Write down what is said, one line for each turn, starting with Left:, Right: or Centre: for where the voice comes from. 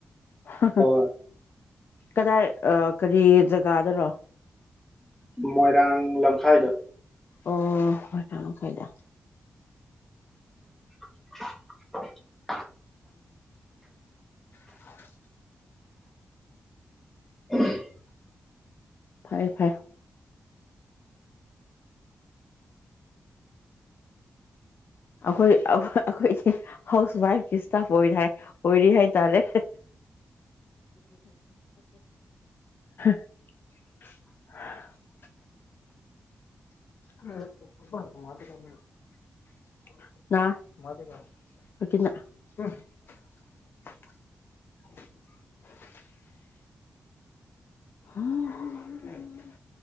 Left: <unintelligible>
Centre: ꯍꯣꯏ
Left: ꯀꯗꯥ ꯑ ꯀꯔꯤ ꯖꯒꯥꯗ ꯂꯣ
Centre: ꯃꯣꯏꯔꯥꯡ ꯂꯝꯈꯥꯏꯗ
Left: ꯑꯣ <inaudible> ꯐꯥꯏꯗ
Centre: <unintelligible>
Left: ꯑꯣ
Centre: <unintelligible>
Left: ꯐꯔꯦ ꯐꯔꯦ ꯑꯩꯈꯣꯏ ꯑꯩꯈꯣꯏ ꯍꯥꯎꯁ ꯋꯥꯏꯐꯁꯇ ꯑꯣꯏꯔꯤ ꯑꯣꯏꯔꯤ ꯍꯥꯏ ꯇꯔꯦ <unintelligible> <inaudible> ꯎꯝ